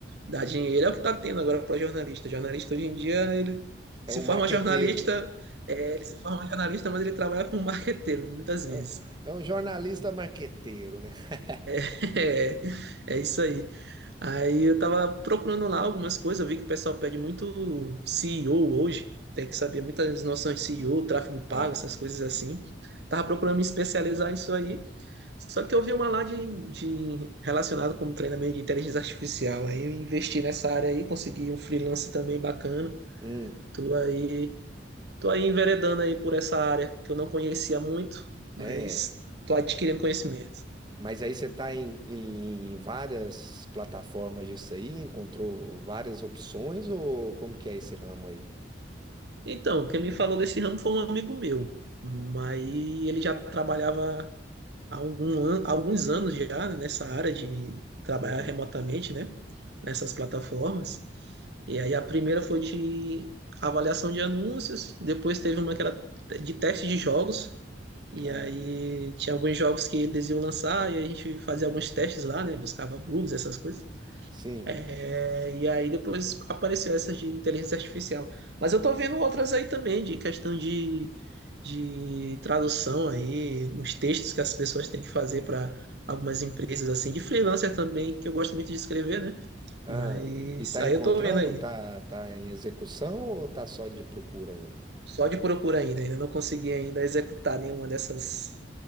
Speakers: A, on the right (about 65°); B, on the right (about 25°).
A: Dá dinheiro é o que tá tendo agora para jornalista. Jornalista hoje em dia, ele
B: É
A: se
B: um
A: forma
B: marqueteiro.
A: jornalista, é, ele se forma jornalista, mas ele trabalha como marqueteiro, muitas
B: É
A: vezes.
B: um, é um jornalista marqueteiro, né? <laughs>
A: <laughs> É, é isso aí. Aí eu tava procurando lá algumas coisas, eu vi que o pessoal pede muito CEO hoje, tem que saber muitas noções de CEO, tráfego pago,
B: Ah,
A: essas coisas assim. Tava procurando me especializar nisso aí, só que eu vi uma lá de, de relacionado com treinamento de inteligência artificial, aí eu investi nessa área aí, consegui um freelance também bacana.
B: hum,
A: Tô aí, tô aí enveredando aí por essa área que eu não conhecia muito, mas
B: é.
A: tô adquirindo conhecimento.
B: Mas aí você tá em, em várias plataformas disso aí, encontrou várias opções ou como que é esse ramo aí?
A: Então, quem me falou desse ramo foi um amigo meu, mas ele já trabalhava há algum an- alguns anos já né, nessa área de trabalhar
B: Uhum.
A: remotamente, né? Nessas plataformas. E aí a primeira foi de avaliação de anúncios, depois teve uma que era de teste de jogos, e
B: Ah,
A: aí tinha alguns jogos que eles iam lançar e a gente fazia alguns testes lá, né? Buscava bugs, essas coisas.
B: sim.
A: É, e aí depois apareceu essa de inteligência artificial. Mas eu tô vendo outras aí também, de questão de, de tradução aí, nos textos que as pessoas têm que fazer para algumas empresas, assim, de freelancer também, que eu gosto muito de escrever, né?
B: Ah,
A: Mas
B: e tá
A: aí
B: encontrando?
A: eu tô vendo aí.
B: Tá, tá em execução ou tá só de procura ainda?
A: Só de procura ainda, ainda não consegui ainda executar nenhuma dessas,